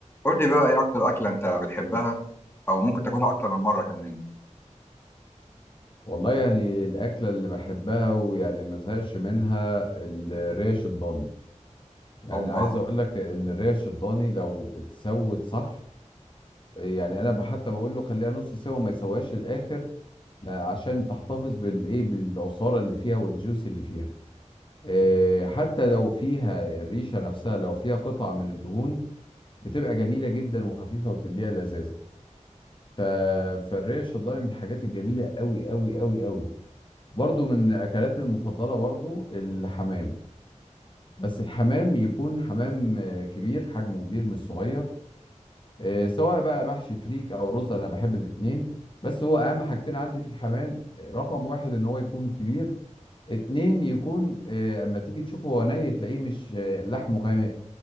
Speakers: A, on the left; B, on the left.
A: قول لي بقى ايه اكتر اكله انت بتحبها او ممكن تاكلها اكتر من مره كمان
B: والله يعني الأكلة اللي بحبها ويعني ما زهقش منها الريش الضاني يعني
A: اوبا
B: عايز أقول لك إن الريش الضاني لو اتسوت صح يعني أنا حتى بقول له خليها نص سوا ما يسواش للآخر لا، عشان تحتفظ بالإيه بالعصارة اللي فيها والجوس اللي فيها إيه، حتى لو فيها الريشة نفسها لو فيها قطع من الدهون بتبقى جميلة جدا وخفيفة وبتديها لذاذة ف... فالريش الضاني من الحاجات الجميلة قوي قوي قوي قوي برضو من اكلاتي المفضله برضو الحمام بس الحمام يكون حمام آه، كبير حجمه كبير مش صغير آه، سواء بقى محشي فريك او رز انا بحب الاتنين بس هو اهم حاجتين عندي في الحمام آه، رقم واحد ان هو يكون كبير اتنين يكون آه، اما تيجي تشوفه هو ني تلاقيه مش آه، لحمه غامق